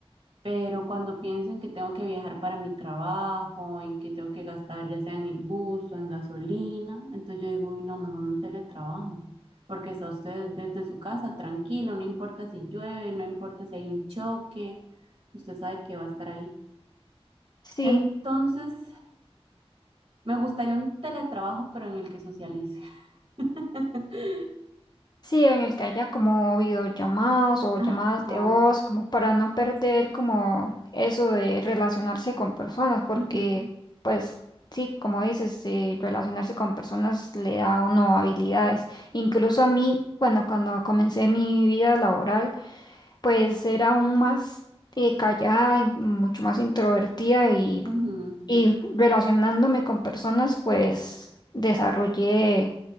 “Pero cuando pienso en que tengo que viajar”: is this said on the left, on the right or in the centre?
Right